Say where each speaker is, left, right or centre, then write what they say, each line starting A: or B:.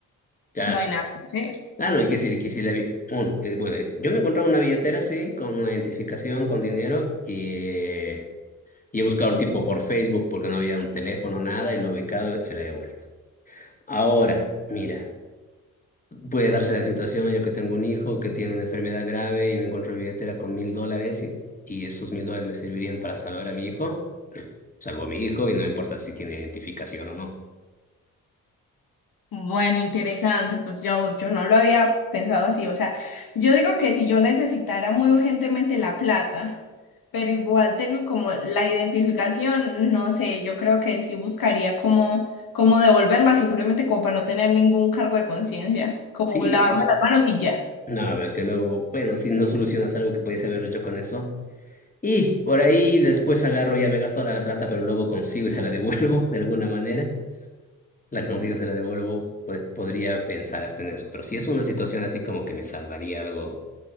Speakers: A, on the left; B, on the left.
A: Claro.
B: no hay nada que hacer.
A: Ah, no, y que si, que si la bi- uno, que, bueno, eh, yo me he encontrado una billetera así, con una identificación, con dinero, y, eh, y he buscado el tipo por Facebook porque no había un teléfono, nada, y lo he ubicado, se la he devuelto. Ahora, mira, puede darse la situación, yo que tengo un hijo que tiene una enfermedad grave y me encuentro la billetera con mil dólares y, y esos mil dólares me servirían para salvar a mi hijo, salvo a mi hijo y no me importa si tiene identificación o no.
B: Bueno, interesante, pues yo, yo no lo había pensado así, o sea, yo digo que si yo necesitara muy urgentemente la plata, pero igual tengo como la identificación, no sé, yo creo que sí buscaría cómo, cómo devolverla, simplemente como para no tener ningún cargo de conciencia, como
A: Sí,
B: lavarme las manos y ya.
A: no, a ver, es que luego, bueno, si no solucionas algo que podías haber hecho con eso. Y por ahí después agarro, ya me gasto la plata, pero luego consigo y se la devuelvo <laughs> de alguna manera. La consigo, se la devuelvo. po- podría pensar hasta en eso. Pero si es una situación así como que me salvaría algo,